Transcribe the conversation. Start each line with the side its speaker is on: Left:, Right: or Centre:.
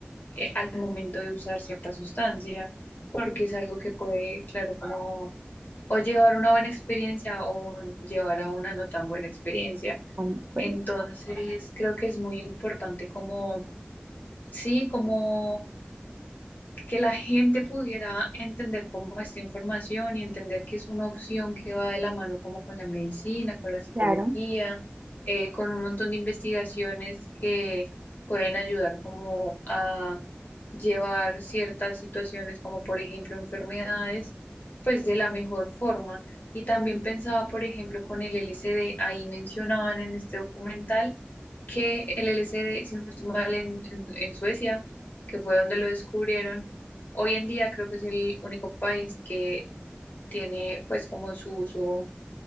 Left: eh, al momento de usar cierta sustancia, porque es algo que puede, claro, como o llevar una buena experiencia o llevar a una no tan buena experiencia.
Right: bueno, por
Left: Entonces,
Right: ahí.
Left: creo que es muy importante como, sí, como que la gente pudiera entender como esta información y entender que es una opción que va de la mano como con la medicina, con la psicología,
Right: claro,
Left: eh, con un montón de investigaciones que pueden ayudar como a llevar ciertas situaciones como por ejemplo enfermedades, pues de la mejor forma. Y también pensaba, por ejemplo, con el LSD, ahí mencionaban en este documental que el LSD, si no estoy mal, en en- en Suecia, que fue donde lo descubrieron, Hoy en día creo que es el único país que tiene pues como su uso